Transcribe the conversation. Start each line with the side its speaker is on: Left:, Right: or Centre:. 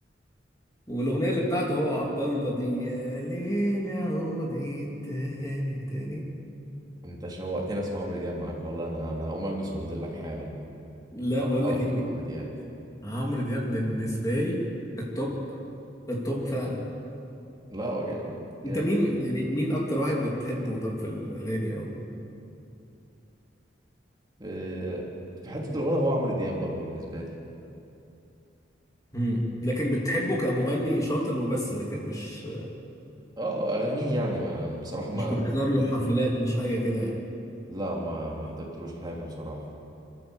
Left: والاغنيه اللي بتاعته هو عبد الله دي يا ليل عودي تاني تاني
Right: انت شوقتني اسمع عمرو دياب معاك والله انا انا هقوم البس وانزل لك حالا
Left: لا
Right: انا
Left: بقول
Right: اول
Left: لك ايه
Right: اسمع عمرو دياب
Left: عمرو دياب بالنسبه لي التوب التوب فعلا
Right: لا هو جامد جامد
Left: انت مين يعني مين اكتر واحد بتحبه طب في الاغاني او
Right: في في حتة الغنى هو عمرو دياب برضه بالنسبة لي
Left: مم. لكن بتحبه كمغني شاطر وبس لكن مش
Right: اه اغانيه يعني ما بصراحة
Left: مش
Right: ما
Left: بتحضر له حفلات مش حاجة كده يعني
Right: لا ما ما حضرتلوش حاجة بصراحة